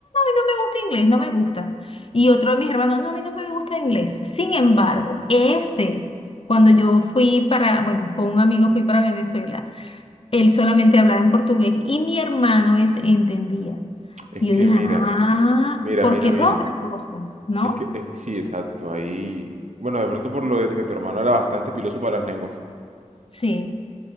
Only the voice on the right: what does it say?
es
que
mira,
mira,
mira,
mira,
es que, es que sí, exacto, ahí, bueno, de pronto por lo de que tu hermano era bastante piloso para las lenguas,